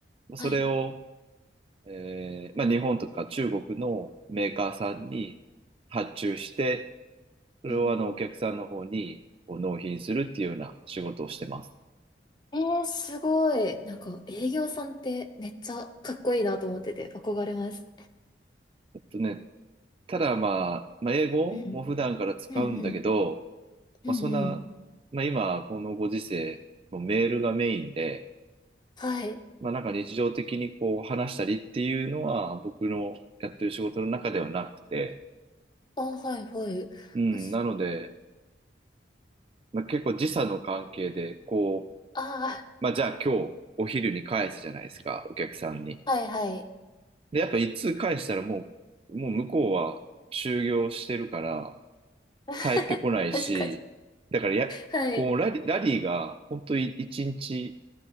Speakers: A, on the right (about 30°); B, on the left (about 25°).
A: それを、
B: はい。
A: えーまあ、日本とか中国のメーカーさんに発注して、それをあの、
B: うん。
A: お客さんの方にこう納品するっていうような仕事をしてます。
B: えー、すごい。なんか営業さんってめっちゃかっこいいなと思ってて憧れます。
A: えっとね、ただまあ、まあ、英語も普段から使うんだけど、
B: うん。うんうん。うんうん。
A: まあ、そんな、まあ、今、このご時世、もうメールがメインで、
B: はい。
A: まあ、なんか日常的にこう話したりっていうのは僕のやってる仕事の中ではなくて、
B: あ、はいはい。
A: うん、
B: あ、
A: なので、まあ、結構時差の関係で、こ
B: あ
A: う、まあ、じゃあ今日お昼に返すじゃないですか、お客さんに。
B: ー、はいはい。
A: で、やっぱ一通返したらもう、もう向こうは就業してるから、
B: <laughs>
A: 帰ってこないし、
B: 確かに。
A: だからや、
B: はい。
A: こう、ラリ、ラリーが、本当に1日